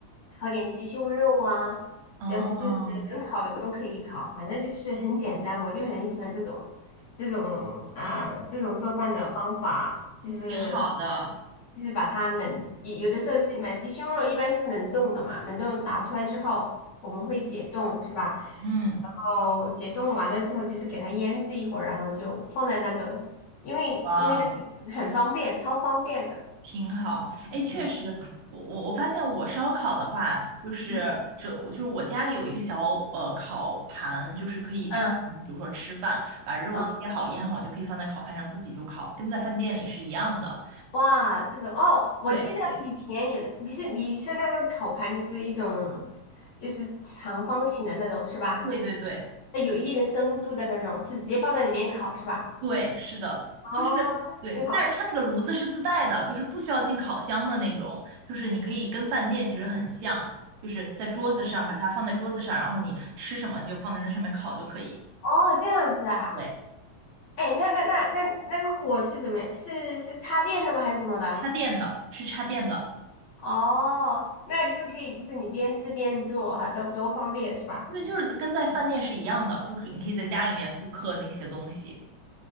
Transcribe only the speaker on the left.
烤点鸡胸肉啊，
只要是都可以烤，反正就是很简单，我就很喜欢这种这种啊、这种做饭的方法，就是
就是把它冷，有有的时候是买鸡胸肉，一般是冷冻的嘛，冷冻拿出来之后我们会解冻，是吧？
然后解冻完了之后就是给它腌制一会儿，然后就放在那个，因为因为那个很方便，
超方便的。
嗯
嗯
嗯。
哇，这种哦，我记得以前有的，
你是你说那个烤盘就是一种，就是长方形的那种是吧？
那有一定的深度的那种，是直接放在里面烤是吧？
哦，挺好的。
哦，这样子啊。
哎，那那那那那个火是怎么样？是是插电的吗？还是什么的？
哦，那就是可以，就是你边吃边做哈，多多方便是吧？